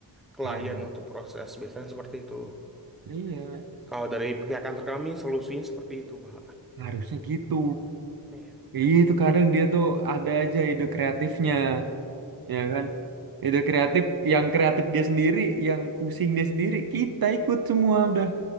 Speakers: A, in the centre; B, on the right.
A: klien
B: Lain.
A: untuk proses. Biasanya seperti itu.
B: Iya.
A: Kalau dari pihak kantor kami, solusinya seperti itu, Pak.
B: Harusnya gitu.
A: Iya.
B: Iya itu kadang dia tuh ada aja ide kreatifnya. Ya kan? Ide kreatif, yang kreatif dia sendiri, yang pusing dia sendiri, kita ikut semua udah.